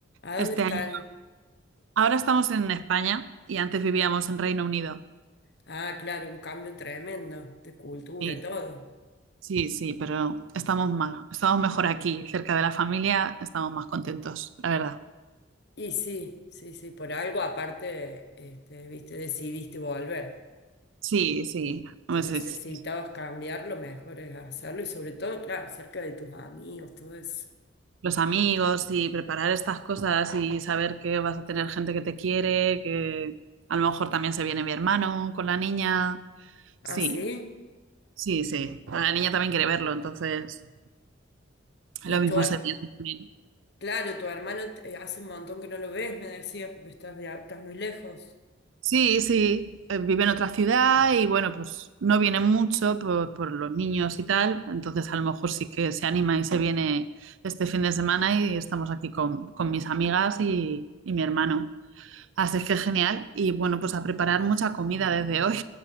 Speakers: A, on the left (about 55°); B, on the right (about 70°).
A: ¿A
B: este
A: dónde están?
B: año, ahora estamos en España y antes vivíamos en Reino Unido.
A: Ah, claro, un cambio tremendo de cultura,
B: Sí,
A: todo.
B: sí, sí, pero estamos más, estamos mejor aquí, cerca de la familia, estamos más contentos, la verdad.
A: Y sí, sí, sí, por algo aparte, este, viste, decidiste volver.
B: Sí, sí, pues
A: Si necesitabas
B: es-
A: cambiar, lo mejor es hacerlo y sobre todo, claro, cerca de tus amigos, todo eso.
B: los amigos y preparar estas cosas y saber que vas a tener gente que te quiere, que a lo mejor también se viene mi hermano con la niña. Sí,
A: Ah, sí.
B: sí, sí. La niña también quiere verlo, entonces
A: Y
B: lo mismo
A: tu,
B: se viene también.
A: claro, tu hermano eh, hace un montón que no lo ves, me decías, porque estás, via- estás muy lejos.
B: Sí, sí, eh, vive en otra ciudad y bueno, pues no viene mucho por, por los niños y tal, entonces a lo mejor sí que se anima y se viene este fin de semana y estamos aquí con, con mis amigas y, y mi hermano. Así es que genial. Y bueno, pues a preparar mucha comida desde hoy.